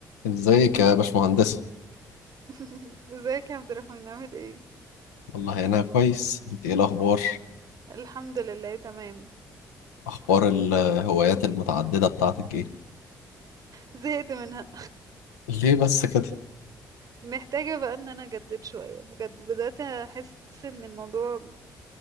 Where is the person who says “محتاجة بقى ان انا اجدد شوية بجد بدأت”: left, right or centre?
Right